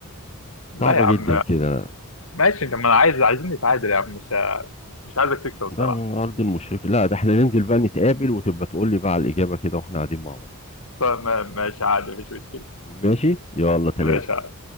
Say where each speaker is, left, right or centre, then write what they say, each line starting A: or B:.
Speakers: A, on the left; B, on the left.
A: لا
B: صعبة
A: يا عم
B: جدا كده
A: ماشي أنت ما أنا عايز عايزين نتعادل يا عم مش مش عايزك تكسب الصراحة
B: ده على أرض المشركة لا ده احنا ننزل بقى نتقابل وتبقى تقول لي بقى على الإجابة كده واحنا قاعدين مع بعض
A: طب ما- ماشي عادي مفيش مشكلة
B: ماشي يلا
A: ماشي
B: سلام